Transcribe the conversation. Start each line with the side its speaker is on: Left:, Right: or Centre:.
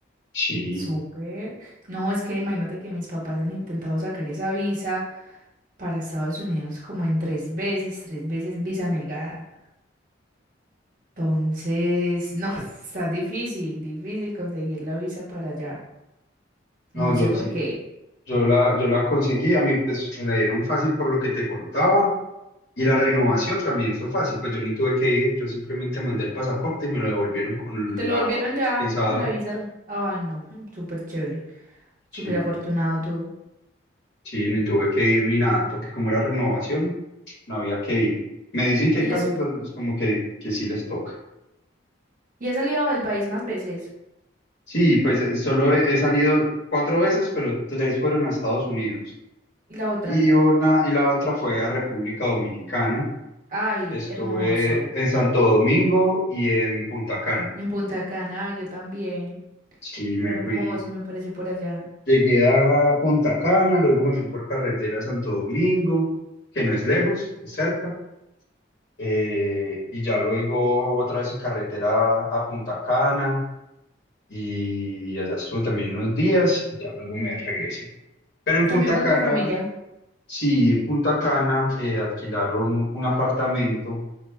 Left: Sí,
Right: Súper. No, es que imagínate que mis papás han intentado sacar esa visa para Estados Unidos como en tres veces, tres veces visa negada. Entonces, no, <laughs> está difícil, difícil conseguir la visa para allá.
Left: no,
Right: No
Left: yo
Right: sé por
Left: sí,
Right: qué.
Left: yo la, yo la conseguí, a mí pues me la dieron fácil por lo que te contaba, y la renovación también fue fácil, pues yo ni tuve que ir, yo simplemente mandé el pasaporte y me lo devolvieron con
Right: Y te lo
Left: la
Right: volvieron ya
Left: visado.
Right: con la visa. Ay, no, mm, súper chévere, súper
Left: Sí.
Right: afortunado tú.
Left: Sí, ni tuve que ir ni nada, porque como era renovación, no había que ir. Me dicen que
Right: Y
Left: hay casos
Right: has,
Left: pues, como que, que sí les toca.
Right: y has salido del país más veces.
Left: Sí, pues eh, solo he, he salido cuatro veces, pero tres fueron a Estados Unidos.
Right: Y la otra,
Left: Y, una, y la otra fue a República Dominicana.
Right: ay,
Left: Estuve
Right: hermoso.
Left: en Santo Domingo y en Punta Cana.
Right: En Punta Cana, ay, yo también.
Left: Sí, me
Right: Hermoso,
Left: fui,
Right: me parece por allá.
Left: llegué a Punta Cana, luego me fui por carretera a Santo Domingo, que no es lejos, es cerca. eh, y ya luego otra vez en carretera a Punta Cana y allá estuve también unos días y ya luego me regresé. Pero en
Right: También
Left: Punta
Right: con
Left: Cana,
Right: tu familia.
Left: sí, en Punta Cana eh, alquilaron un apartamento